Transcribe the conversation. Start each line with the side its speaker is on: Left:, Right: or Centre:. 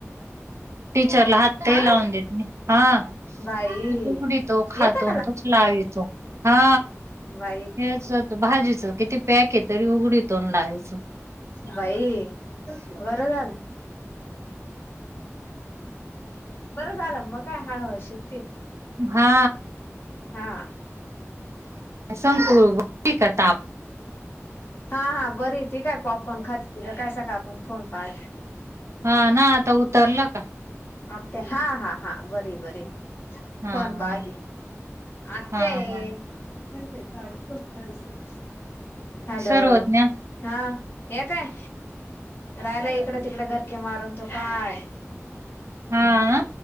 Right: टीचरला हात नाही
Left: हा
Right: लावून देत हा
Left: बाई
Right: त उघडीतो खातो
Left: येता
Right: तोच लावितो हा
Left: बा
Right: हेच भाजीच किती पॅक आहे तरी उघडी तोन लायच
Left: बाई बरं झालं बरं झालं मग काय हळु शेतती
Right: हा
Left: हा
Right: शंकु कता
Left: हा हा बरी ती काय पॉपकॉर्न खात ति का काय सकाळपासून फोन पाह त
Right: हा ना आता उतरलं का
Left: आ हा हा हा बरी बरी
Right: हा
Left: फोन
Right: हा
Left: पाहते आत्या
Right: हा
Left: हाय
Right: हा
Left: यच काही लन करायचंय हॅलो
Right: सर्वज्ञ
Left: हा ये काय राहिला इकडं तिकड घरकीे मारून तो काय
Right: हा